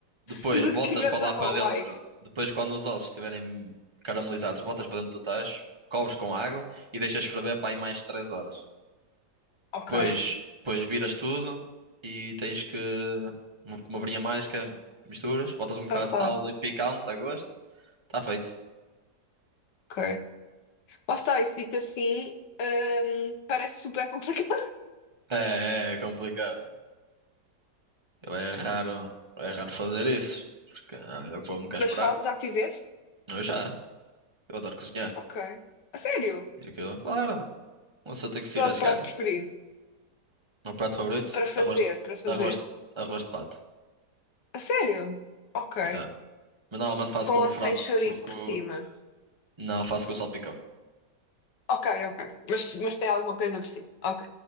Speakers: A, on the right; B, on the left.
A: Depois
B: tudo
A: botas
B: o que tiveres
A: para lá
B: à mão,
A: para dentro.
B: vai.
A: Depois, quando os ossos estiverem caramelizados, botas para dentro do tacho. Cobres com água e deixas ferver para aí mais 3 horas.
B: Ok,
A: Depois, depois viras tudo e tens que. uma- Com uma varinha mágica, misturas. Botas um bocado
B: passar,
A: de sal e picante a gosto. Está feito.
B: ok. Lá está, isto dito assim, hum, parece super complicado.
A: É, é é complicado. Eu é raro, é raro fazer isso, porque ah, eu vou nunca esperar.
B: Mas fal- já fizeste?
A: Eu já, eu adoro cozinhar.
B: Ok. A sério?
A: E aquilo, claro, uma pessoa tem que se
B: Qual
A: arriscar.
B: é o prato
A: O
B: preferido?
A: meu prato favorito,
B: Para fazer,
A: arroz, de-
B: para fazer.
A: arroz, de- arroz de pato.
B: A sério? Ok.
A: Yeah. Mas normalmente faço
B: Com
A: com
B: a
A: frango,
B: sem chouriço
A: porque
B: por
A: o-
B: cima.
A: não faço com salpicão.
B: Ok, ok. Mas, mas tem alguma coisa por cima. Ok.